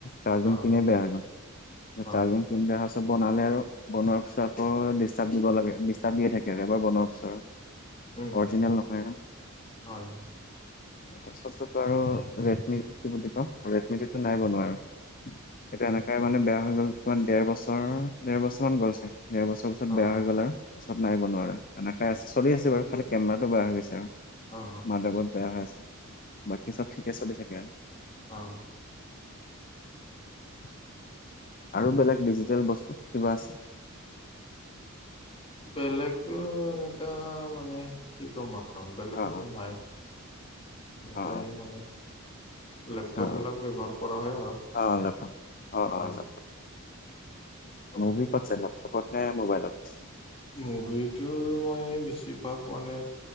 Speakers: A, on the left; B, on the left.
A: চাৰ্জিং
B: অঁ
A: পিনে বেয়া হৈ গল।
B: হয়
A: চাৰ্জিং বেয়া হোৱা পাছত বনালে আৰু বনোৱাৰ পাছত আকৌ ডিষ্টাৰ্ব দিব লাগে ডিষ্টাৰ্ব দিয়ে থাকে আৰু এবাৰ বনোৱাৰ পিছত।
B: উম
A: অৰিজিনেল
B: উম
A: নহয় ন।
B: হয় হয়
A: তাৰপাছতটো আৰু ৰেডমি কি বুলি কৈ, ৰেডমি টো নাই বনোৱা আৰু। এটো এনেকাই মানে বেয়া হৈ গ'ল কিমান ডেৰ বছৰ, দেৰ বছৰ মান গ'ল ছাগে ডেৰ বছৰ তাপিছত
B: অঁ
A: বেয়া হৈ গ'ল আৰু, পাছ নাই বনো আৰু এনেকাই আছে। চলি আছে বাৰু খালি কেমেৰাতটো বেয়া হৈ গৈছে আৰু।
B: অঁ অঁ
A: মাদাৰবোদ বেয়া হৈ আছে, বাকী চব ঠিকে চলি থাকে আৰু।
B: অ'।
A: <inaudible> আৰু বেলেগ ডিজিটেল বস্তু কিবা আছে
B: বেলেগতটো এনেকা মানে কি ক'ম আৰু বেলেগতো
A: অ
B: নাই। সনেকাইে
A: অ অ
B: মানে লেপটপ
A: অ
B: বিলাক ব্যৱহাৰ কৰা হয় আৰু,
A: অ অ লেপটপ
B: অ'।
A: Laptop
B: laptop.
A: মুভি ক'ত চাই লেপটপত নে মোবাইলত?
B: মুভিটো মই বেছিভাগ মানে